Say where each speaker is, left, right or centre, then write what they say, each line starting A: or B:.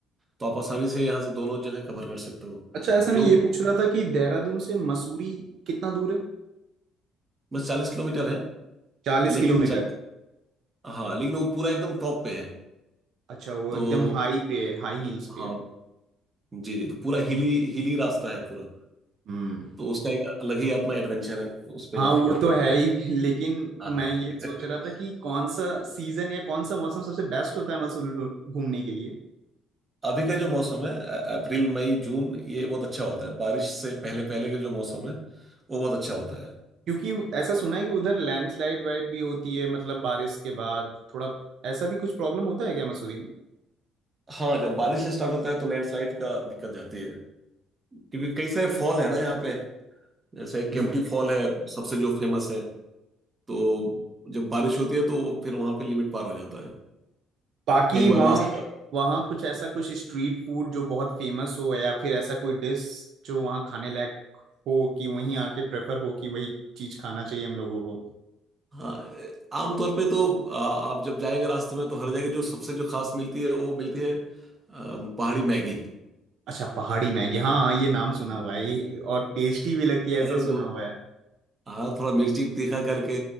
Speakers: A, on the right; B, on the right.
A: तो आप आसानी से यहाँ से दोनों जगह कवर कर सकते हो
B: अच्छा ऐसे
A: जो
B: मैं ये पूछ रहा था कि देहरादून से मसूरी कितना दूर है
A: बस चालीस किलोमीटर है
B: चालीस
A: लेकिन
B: किलोमीटर
A: 40 हाँ लेकिन वो पूरा एकदम टॉप पे है
B: अच्छा वो
A: तो
B: एकदम हाई पे है हाई हील्स
A: हाँ
B: पे है
A: जी जी तो पूरा हिली हिली रास्ता है पूरा
B: हम्म
A: तो उसका एक अलग ही अपना एडवेंचर है उस पे
B: हाँ
A: जाने
B: वो
A: का
B: तो है ही लेकिन
A: हाँ हाँ।
B: मैं ये
A: <laughs>
B: सोच रहा था कि कौन सा सीजन या कौन सा मौसम सबसे बेस्ट होता है मसूरी घू- घूमने के लिए
A: अभी का जो मौसम है अ- अप्रैल मई जून ये बहुत अच्छा होता है बारिश से पहले पहले का जो मौसम है वो बहुत अच्छा होता है
B: क्योंकि ऐसा सुना है कि उधर लैंडस्लाइड वाइड भी होती है मतलब बारिश के बाद थोड़ा ऐसा भी कुछ प्रॉब्लम होता है क्या मसूरी में
A: हाँ जब बारिश स्टार्ट होता है तो लैंडस्लाइड का दिक्कत जाती है क्योंकि कई सारे फॉल है ना यहाँ पे जैसे
B: हम्म।
A: केम्प्टी फॉल है सबसे जो फेमस है तो जब बारिश होती है तो फिर वहां पे लिमिट पार हो जाता है
B: बाकी
A: कई
B: वहाँ
A: बार रास्ता
B: वहाँ कुछ ऐसा कुछ स्ट्रीट फूड जो बहुत फेमस हो या फिर ऐसा कोई डिश जो वहाँ खाने लायक हो कि वहीं आके प्रेफर हो कि वही चीज खाना चाहिए हम लोगों को
A: हाँ आमतौर पे तो आ, आप जब जाएंगे रास्ते में तो हर जगह जो सबसे जो खास मिलती है वो मिलती है आ, पहाड़ी मैगी
B: अच्छा पहाड़ी मैगी हाँ ये नाम सुना
A: हम्म।
B: हुआ है ये- और टेस्टी भी लगती है ऐसा
A: अरे
B: सुना
A: जो
B: हुआ है
A: हाँ थोड़ा मिर्ची तीखा करके